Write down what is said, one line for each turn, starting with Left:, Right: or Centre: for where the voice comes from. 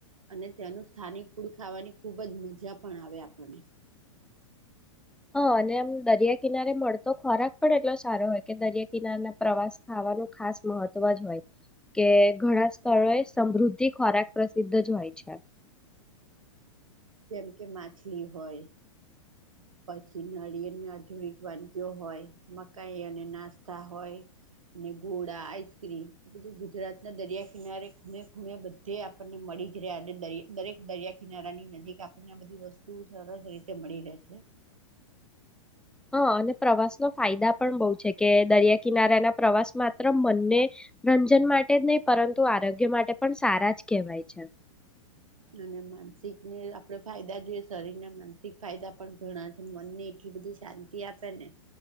Right: અને ત્યાંનું સ્થાનિક ફૂડ ખાવાની ખુબ જ મજા પણ આવે આપણને.
Centre: હ અને એમ દરિયા કિનારે મળ તો ખોરાક પણ એટલો સારો હોય કે દરિયા કિનારા ના પ્રવાસ ખાવાનું ખાસ મહત્વ જ હોય. કે ઘણા સ્થળોએ સમૃદ્ધિ ખોરાક પ્રસિદ્ધ જ હોય છે.
Right: જેમ કે માછલી હોય. પછી નળી અને આધુરિક વાનગીઓ હોય મકાઈ અને નાસ્તા હોય અને ઘોડા આઈસ્ક્રીમ એ બધું ગુજરાત ના દરિયા કિનારે ખૂણે ખૂણે બધે આપણને મળી જ રહ્યા અને દરેક દરિયા કિનારાની નજીક આપણને આ બધી વસ્તુ સરસ રીતે મળી રહે છે.
Centre: હા અને પ્રવાસનો ફાયદા પણ બહુ છે કે દરિયા કિનારાના પ્રવાસ માત્ર મનને રંજન માટે જ નહીં પરંતુ આરોગ્ય માટે પણ સારા જ કહેવાય છે.
Right: અને માનસિકને આપણે ફાયદા જોઈએ શરીર ના માનસિક ફાયદા પણ ઘણા છે મનને એટલી બધી શાંતિ આપે ને